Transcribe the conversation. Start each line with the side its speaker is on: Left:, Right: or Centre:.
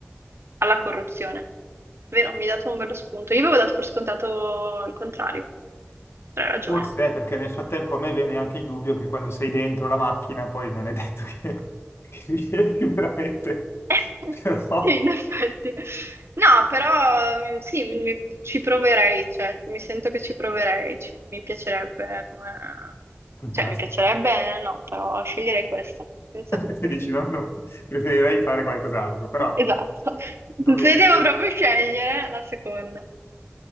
Right: alla corruzione. Vero, mi hai dato un bello spunto. Io avevo dato per scontato il contrario, però hai ragione.
Left: Forse è perché nel frattempo a me viene anche il dubbio che quando sei dentro la macchina poi non è detto che, <laughs> che riesci veramente,
Right: <laughs>
Left: però
Right: Sì, in effetti. No, però mm, sì, mi- ci proverei, cioè, mi sento che ci proverei, ci- mi piacerebbe come...
Left: fantastico.
Right: Cioè, mi piacerebbe, no, però sceglierei questa, senza
Left: <laughs>
Right: dubbio.
Left: Ti dici, no, no, preferirei fare qualcos'altro, però
Right: Esatto,
Left: dovendo,
Right: se devo proprio scegliere la seconda.